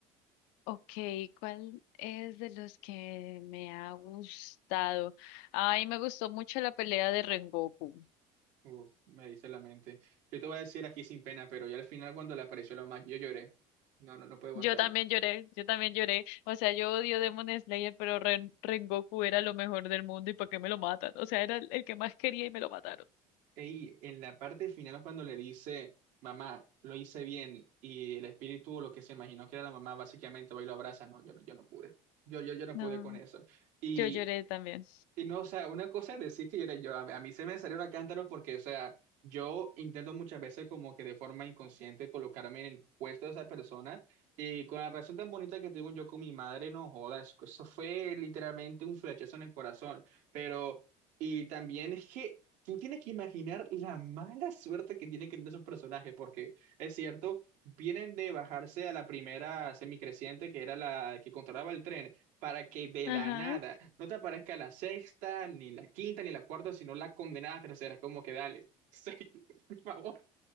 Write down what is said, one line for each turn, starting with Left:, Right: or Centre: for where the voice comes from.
Left: Ok, ¿cuál es de los que me ha gustado? Ay, me gustó mucho la pelea de Rengoku.
Right: Uf, me dice la mente. Yo te voy a decir aquí sin pena, pero ya al final cuando le apareció la mamá yo lloré. No, no, no puedo aguantarlo.
Left: Yo también lloré, yo también lloré. O sea, yo odio Demon Slayer, pero Ren- Rengoku era lo mejor del mundo y ¿para qué me lo matan? O sea, era el el que más quería y me lo mataron.
Right: Y en la parte final cuando le dice, mamá, lo hice bien, y el espíritu o lo que se imaginó que era la mamá, básicamente va y lo abraza. No, yo no, yo no pude. Yo, yo, yo no
Left: No,
Right: pude con eso. y
Left: yo lloré también.
Right: Y no, o sea, una cosa es decir que yo era yo, a, a mí se me salió la cántaro porque, o sea, yo intento muchas veces como que de forma inconsciente colocarme en el puesto de esa persona y con la relación tan bonita que tuve yo con mi madre, no joda, eso, eso fue literalmente un flechazo en el corazón, pero, y también es que tú tienes que imaginar la mala suerte que tiene que tener esos personajes, porque es cierto, vienen de bajarse a la primera semicreciente que era la que controlaba el tren para que de
Left: Ajá.
Right: la nada no te aparezca la sexta, ni la quinta, ni la cuarta, sino la condenada tercera. Es como que dale, <laughs> sí, por favor.